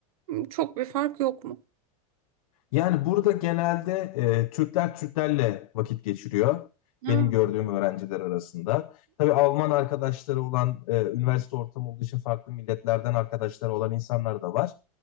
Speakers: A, on the right (about 80°); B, on the left (about 75°).
A: çok bir fark yok mu?
B: Yani burada genelde e, Türkler Türklerle vakit geçiriyor.
A: Ha,
B: Benim gördüğüm öğrenciler arasında. Tabii Alman arkadaşları olan, e, üniversite ortamı olduğu için farklı milletlerden arkadaşları olan insanlar da var.